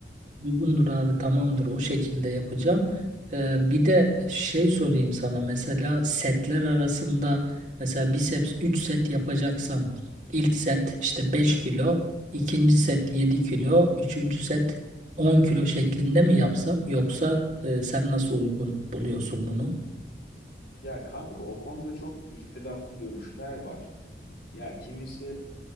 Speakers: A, on the right; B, on the left.
A: Uygundur abi tamamdır o şekilde yapacağım. Ee, bir de şey sorayım sana mesela setler arasında mesela biceps 3 set yapacaksam ilk set işte 5 kilo, ikinci set 7 kilo, üçüncü set 10 kilo şeklinde mi yapsam yoksa e, sen nasıl uygun buluyorsun bunu?
B: Ya kanka o konuda çok ihtilaflı görüşler var. Ya kimisi